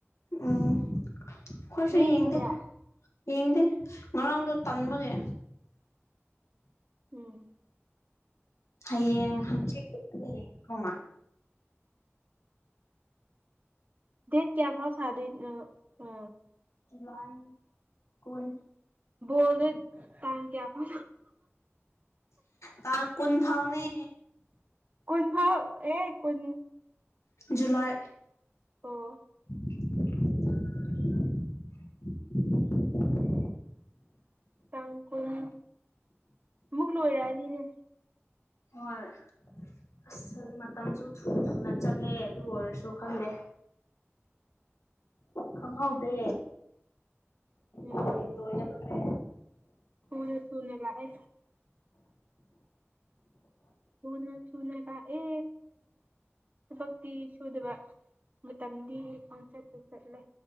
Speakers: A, on the left; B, on the right.
A: ꯎꯝ ꯈꯨꯏꯁꯨ
B: ꯅꯪ
A: ꯌꯦꯡꯗꯦ
B: ꯌꯦꯡꯕ꯭ꯔꯥ
A: ꯌꯦꯡꯗꯦ ꯉꯔꯥꯡꯗꯣ ꯇꯟꯕꯒꯦ
B: ꯎꯝ
A: ꯍꯌꯦꯡ ꯍ ꯌꯦ ꯀꯣ ꯃꯥꯦ
B: ꯗꯦꯠ ꯀꯌꯥ ꯐꯥꯎ ꯁꯥꯗꯣꯏ ꯑ
A: ꯋꯥ ꯀꯣꯟ
B: ꯣꯜꯗ ꯇꯥꯡ ꯀꯌꯥ ꯐ
A: ꯇꯥꯡ ꯀꯨꯟ ꯐꯥꯎꯅꯦ
B: ꯀꯨꯟ ꯐꯥꯎ ꯑꯦ ꯀꯨꯟ
A: ꯖꯨꯂꯥꯏ
B: ꯑꯣ
A: <unintelligible>
B: ꯇꯥꯡ ꯀꯨꯟ ꯑꯃꯨꯛ ꯂꯣꯏꯔꯛꯑꯅꯤꯅꯦ
A: ꯍꯣꯏ ꯃꯇꯝꯁꯨ ꯊꯨ ꯊꯨꯅ ꯆꯠꯂꯦ ꯑꯗꯨ ꯑꯣꯏꯔꯁꯨ ꯈꯪꯗꯦ ꯈꯪꯍꯧꯗꯦ
B: ꯎꯝ
A: ꯂꯣꯏ ꯂꯣꯏꯔꯛꯈ꯭ꯔꯦ
B: ꯄꯨꯅ ꯁꯨꯅꯦꯂ ꯍꯥꯏ ꯊꯨꯅ ꯊꯨꯅ ꯂꯥꯑꯦ ꯊꯕꯛꯇꯤ ꯁꯨꯗꯕ ꯃ ꯇꯝꯗꯤ ꯀꯣꯟꯁꯦꯁꯔꯂꯦ